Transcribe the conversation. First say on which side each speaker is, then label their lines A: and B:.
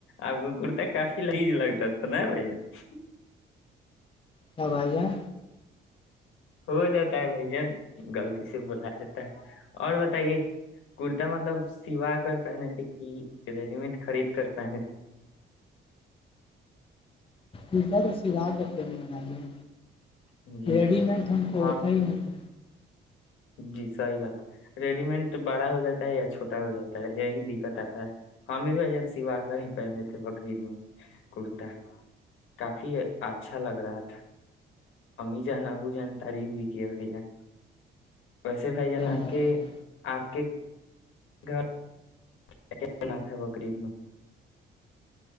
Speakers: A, on the left; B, on the left.
A: آپ کو کرتا کافی لحج لگتا تھا نا بھائی جان
B: کیا بائی جائے
A: ہو جاتا ہے بھائی جن غلط سے بلا جاتا ہے اور بتائیے کرتا مطلب سوا کر پہنے تھے کہ ریڈی مڈ خرید کر پہنے تھے
B: کفا تو س راہ کرتے نہیں
A: تھے جی
B: ریڈیمڈ ن کو
A: ہاں
B: ہوتائی نہیں
A: جی سحی بات ریڈی مٹ بڑا ہو جاتا ہے یا چھوٹا ہو جاتا ہے یہی دقت آتا ہے ہم بھی بھائی جان سوا کر ہی پہنے تھے بکرریید میں کرتا کافی اچھا لگ رہا تھا امی جان ابو جان تعریف بھی کیے بھائی جان ویسے بھائی جان
B: او
A: آپ کے
B: جان
A: آپ کے گھر میں کیا بنا تھا بقریید میں